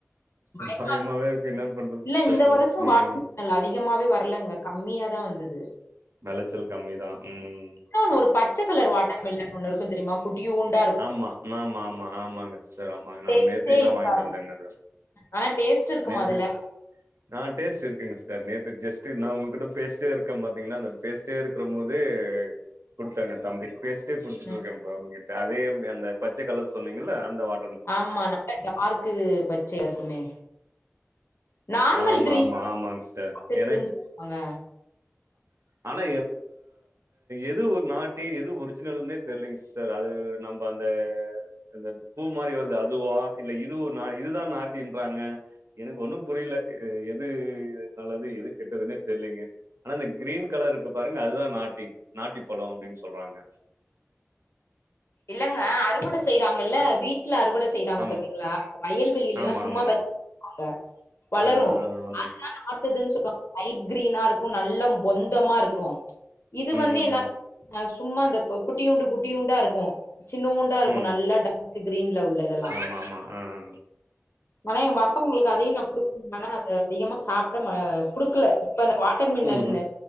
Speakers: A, on the left; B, on the right.
A: பயமா
B: பயமாவே இருக்கு. என்ன பண்றது
A: இல்ல
B: சிஸ்டர்?
A: இந்த வருஷம்
B: ம்.
A: மா நல்ல அதிகமாவே வரலங்க கம்மியா தான் வந்தது
B: விளைச்சல் கம்மிதான். ம்.
A: ன்ன ஒன்னு ஒரு பச்சை கலர் வாட்டர் மில்லன் ஒண்ணு இருக்கும் தெரியுமா குட்டிய ஒன்னு
B: ஆமா ஆமா ஆமா ஆமாங்க சரி ஆமாங்க
A: டேஸ்டே
B: நான் நேரத்துக்கு தான்
A: இருக்காது
B: வாங்கிட்டு வந்தேங்க அது
A: ஆனா டேஸ்ட் இருக்குமா
B: நேத்து
A: அதுல
B: ஆ டேஸ்ட் இருங்க சார் நேத்து ஜஸ்ட் நான் உங்ககிட்ட பேஸ்ட்ட இருக்கன் பாத்தீங்கன்னா அந்த பேஸ்ட் இருக்கும் போது கொடுத்தாங்க தம்பிக்கு பேச குடுத்துட்டு
A: ம்
B: இருக்கேன் உங்ககிட்ட அதே அந்த பச்சை கலர் சொன்னீங்கல அந்த வா
A: ஆமா நல்ல டார்க்கு பச்சையா இருக்குமே நார்மல்
B: ஆமா
A: கிரீன்னு
B: ஆமா ஆமாங்க சிஸ்டர் ஏன்னா இப்
A: சொல்லுவாங்க
B: ஆனா எது ஒரு நாட்டு எது ஒரிஜினல்ன்னே தெரியலங்க சிஸ்டர் அது நம்ம அந்த இந்த பூ மாதிரி வருது அதுவா இல்ல இது நான் இதுதான் நாட்டின்றாங்க எனக்கு ஒண்ணும் புரியல எது நல்லது எது கெட்டதுன்னே தெரியலங்க ஆனா இந்த கிரீன் கலர் இருக்கு பாருங்க அதுதான் நாட்டி நாட்டி பழம் அப்படின்னு சொல்றாங்க
A: இல்லங்க அறுவடை செய்யறாங்கல்ல வீட்டுல அறுவடை செய்யறாங்க
B: ஆம்
A: பாத்தீங்களா வயல்வளியில எல்லாம்
B: ஆமா
A: சும்மா
B: ஆமாங்க
A: வாங்க வளரும்
B: ஆ ஆ ஆமாங்க
A: அதுதான் நாட்டுதுன்னு சொல்லுவாங்க லைட் கிரீனா இருக்கும் நல்லா பொந்தமா இருக்கும் இது
B: ம் ம்
A: வந்து என்ன
B: ம்
A: சும்மா அந்த குட்டி உண்டு குட்டி உண்டா இருக்கும் சின்ன ஒன்று இருக்கும்
B: ம் ம்
A: நல்லா டார்க் கிரீன்ல உள்ளதெல்லாம்
B: ஆமா ஆமா ஆ ஆ.
A: ஆனா எங்க அப்பா உங்களுக்கு அதையும் நான் குடுக்க ஆனா அது அதிகமா சாப்பிட கொடுக்கல இப்ப அந்த வாட்டர் மிலன்
B: ம் ம்